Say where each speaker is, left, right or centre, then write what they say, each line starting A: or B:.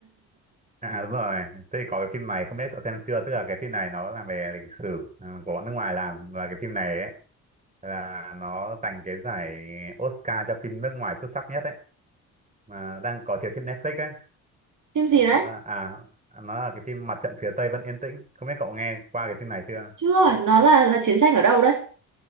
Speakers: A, on the right; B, on the right.
A: à à, đúng rồi thế thì có cái phim này không biết cậu xem chưa tức là cái phim này nó là về lịch sử ừ, của bọn nước ngoài làm và cái phim này ấy là nó giành cái giải Oscar cho phim nước ngoài xuất sắc nhất ấy mà đang có chiếu trên Netflix ấy
B: Phim gì đấy?
A: nó là à nó là cái phim Mặt trận phía Tây vẫn yên tĩnh không biết cậu nghe qua cái phim này chưa
B: Chưa, nó là là chiến tranh ở đâu đấy?